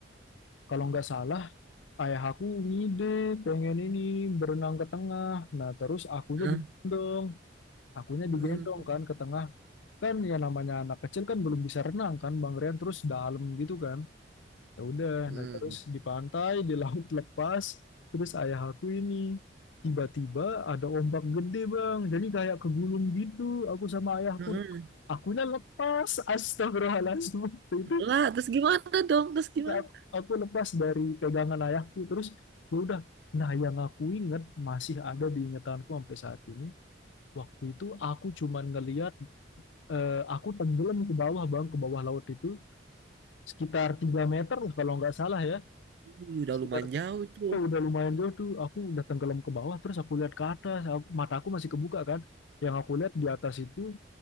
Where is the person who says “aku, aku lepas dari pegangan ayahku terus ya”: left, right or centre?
Left